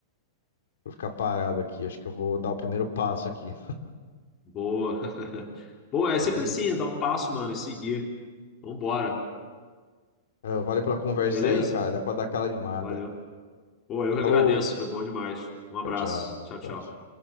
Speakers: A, on the left (about 80°); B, on the left (about 25°).
A: Vou ficar parado aqui. Acho que eu vou dar o primeiro passo aqui.
B: Boa. <laughs> Boa, é
A: Beleza?
B: sempre assim, dar um passo, mano, e seguir. Vambora.
A: Ah, Valeu pela conversa
B: Beleza?
A: aí, hein, cara. Deu pra dar aquela animada.
B: Valeu. Pô, eu que
A: Falou.
B: agradeço, foi bom demais. Um abraço.
A: Tchau, tchau.
B: Tchau,
A: Abraço.
B: tchau.